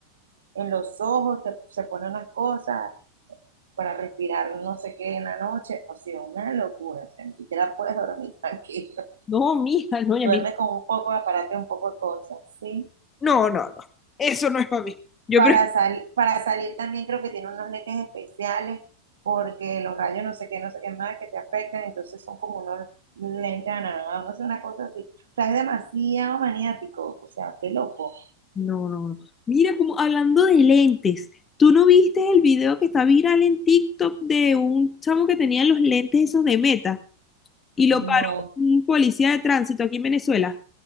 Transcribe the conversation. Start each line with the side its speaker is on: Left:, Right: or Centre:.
Right: en los ojos, te- se pone unas cosas para respirar no sé qué en la noche. O sea, una locura, o sea, ni siquiera puedes dormir tranquilo.
Left: No, mija,
Right: <laughs>
Left: no, ya
Right: Duerme
Left: mí.
Right: con un poco de aparato y un poco de cosas, sí.
Left: No, no, no. Eso no es para mí. Yo
Right: Para,
Left: prefiero.
Right: sal, para salir también creo que tiene unos lentes especiales porque los rayos no sé qué, no sé qué más que te afectan, entonces son como unos lentes anaranjados, no sé, una cosa así. O sea, es demasiado maniático, o sea, qué loco.
Left: No, no, no. Mira, como hablando de lentes, ¿tú no viste el video que está viral en TikTok de un chamo que tenía los lentes esos de Meta y lo
Right: No,
Left: paró un policía de tránsito aquí en Venezuela